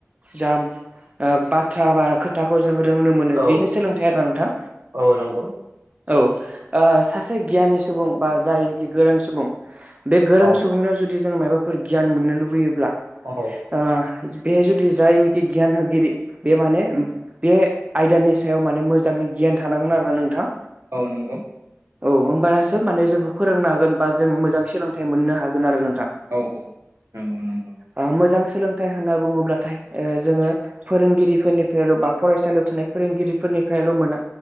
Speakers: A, on the right; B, on the right.
A: जा बाथ्रा बा खोथाखौ जों रोंनो मोनो
B: औ
A: बेनो सोलोंथाइ आरो ना नोंथां
B: औ नंगौ
A: औ सासे ओ गियानि सुबुं बा जायनिखि गोरों सुबुं बे गोरों
B: औ
A: सुबुंनायाव जुदि जों माबाफोर गियान मोननो लुबैयोब्ला
B: औ औ
A: बेहाय जुदि जायनोखि गियान होगिरि बे माने बे आयदानि सायाव माने मोजाङै गियान गियान थानांगोन आरो ना नोंथां
B: औ नंगौ औ नंगौ
A: औ होमबासो माने जोंखौ फोरोंनो हागोन बा जों मोजां सोलोंथाइ मोननो हागोन आरो नों
B: औ औ नंगौ नंगौ
A: ओ मोजां सोलोंथाइ होनना बुङोब्लाथाय ओ जोङो फोरोंगिरिफोरनिफ्रायल' बा फरायसालियाव थानाय फोरोंगिरि गिरिफोरनिफ्रायल' मोना